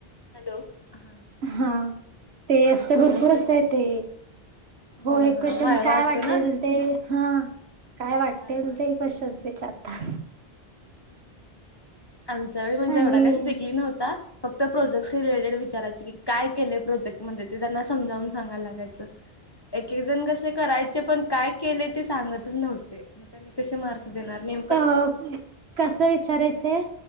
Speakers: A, on the left; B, on the right.
A: हॅलो हा.
B: हा ते असतं भरपूर
A: विचार
B: असतय ते. हो
A: होय होय
B: क्वेशचन्स
A: व्हायवा
B: काय
A: असतो
B: वाटेल
A: ना
B: ते हा काय
A: हा
B: वाटतेल
A: व्हायवा असतो.
B: ते क्वेशचन्स चारता
A: आमच्या वेळी म्हणजे
B: आणि
A: एवढा काय स्ट्रिकली नव्हता. फक्त प्रोजेक्टस रिलेटेड विचारायचे की काय केलेय प्रोजेक्ट मध्ये ते त्यां समजावून सांगाय लाग याच्या एक-एक जण कसे करायचे पण काय केले ते सांगतच नव्हते. मगत्यांनी कशे मार्क्स देणार नेमकं
B: ओके. कसं विचारायचं